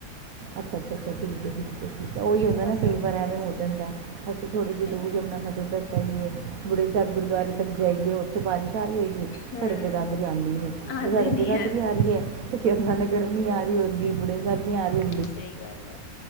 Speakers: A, on the right; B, on the left.
A: ਅੱਛਾ ਅੱਛਾ ਅੱਛਾ ਠੀਕ ਹੈ ਠੀਕ ਹੈ, ਹੋ ਹੀ ਜਾਂਦਾ
B: ਮੌਸਮ
A: ਨਾ ਕਈ
B: ਵਧੀਆ
A: ਵਾਰ ਐਵੇਂ
B: ਸੀ
A: ਹੋ ਜਾਂਦਾ ਅਸੀਂ ਥੋੜੀ ਜੀ
B: ਹਮ
A: ਦੂਰ ਜੰਮਣਾਨਗਰ, ਏ,, ਬੁੜੇ ਸਾਹਿਬ ਗੁਰਦੁਆਰੇ ਤੱਕ ਜਾਈਏ ਉੱਥੇ ਬਾਜ਼ਿਸ਼ ਆਹੀ ਹੋਗੀ
B: ਹਮ
A: ਸਾਡੇ ਜਗਾਦਰੀ ਆਉਂਦੀ ਸੀ
B: ਆਉਂਦੀ
A: ਜੇ ਸਾਡੇ
B: ਨੀ
A: ਜਗਾਦਰੀ
B: ਯਾਰ
A: ਆ ਰਹੀ ਹੈ ਤੇ ਯਮਣਾ ਨਗਰ ਨਹੀਂ ਆ ਰਹੀ ਹੁੰਦੀ <inaudible>
B: ਸਹੀ ਗੱਲ ਹੈ,,,